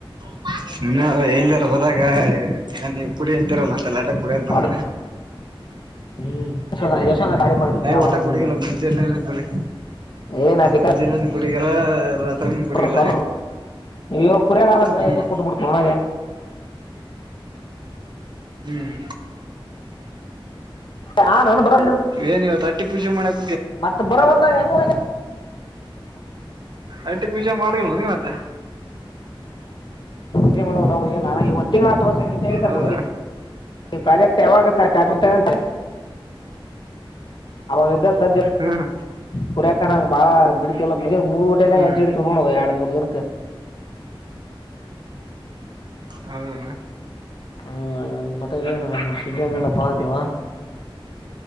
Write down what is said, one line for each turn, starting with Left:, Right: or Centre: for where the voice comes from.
Right: ಅ ಹ ಎಲ್ಲಾರ ಹೋದಾಗವು ಕುಡಿ ಅಂತರಲ್ಲ ಅಂತಲ್ಲ ಕೂಡಂತಾನ
Left: ಹೊಡ್ ಹ್ಮ್ ಯ ಯಶ ಭಾರಿ ಮಾಡಾವ
Right: ಊಟ
Left: ಹೊದಿ
Right: ಕುಡಿಗಿಲ್ಲ ಮುಂಜೆಲ್ಲೆನ ಕುಡಿ
Left: ಏ ನಟ
Right: ಮುಂಜೆಲ್ಲೆನ ಕುಡಿಗಲ್ಲ ರಾತ್ರಿನು ಕುಡಿಗಲ್ಲ
Left: ಸ ಈ ಕುರಿಯಾಗ್ರಟ್ಟ
Right: ಹ್ಮ್
Left: ಬಿಡ್ತವಣ
Right: ಹ್ಮ್
Left: ಹ ನಾನ ಬರ
Right: ಏನ್ ಇವ ತಟ್ಟಿ ಪೂ ಮಾಡಕ
Left: ಮತ್ತತ್ ಬರವಲ್ದ ಹೆಂಗ
Right: ಐಟ್ಟಿ ಪೂಜೆ ಮಾಡಗಲ್ವ ನೀವತ್ತೆ
Left: ಹೆ ಮಾಡಲ್ಲ ಹೋಗಲ್ಲ ನಾ ಈ ಒಂದ ತಿ ಆ ತ ಸೇರಿ ಸರ್ಕೊಂಡಂಬಿ
Right: ಹೌದಾ
Left: ನಿ ಪ್ರಾಜೆಕ್ಟ್ ಯಾವಾಗ ಸರ್ ಟೈಪತನಂತೆ ಅವಾಗ ಇದ್ದ ಸಜ್ಜ
Right: ಹ್ಮ್
Left: ಕುರ್ಯಕ ನಂಗ ಬಾಳ ಬಿಡ್ತಿಲ್ಲ ಮು ಮುಗ ಊಟೆ ಎಲ್ಲಾ
Right: ಹ್ಮ್
Left: ಹೆಜ್ಜಿ ಇಡ್ತವಿ ನೋಡುವ ಎರಡ್ ಮೂರ್ ಜನಕ್ಕೆ
Right: ಹೌದಣ
Left: ಹ್ಮ್ ಮತ್ತೆ ಏನು ನಮ್ಮ ಶೀಗನ್ ಹೇಳಲ್ಲಪ್ಪಾ ಅೇವಾ